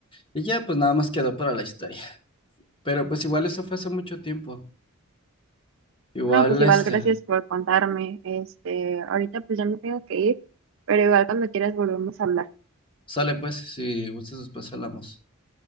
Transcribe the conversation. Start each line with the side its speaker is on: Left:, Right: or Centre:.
Left: Y ya, pues nada más quedó para la historia. <laughs> Pero pues igual eso fue hace mucho tiempo. Igual,
Right: No, pues igual,
Left: este,
Right: gracias por contarme. Este, ahorita pues ya me tengo que ir, pero igual cuando quieras volvemos a hablar.
Left: sale pues, si gustas después hablamos.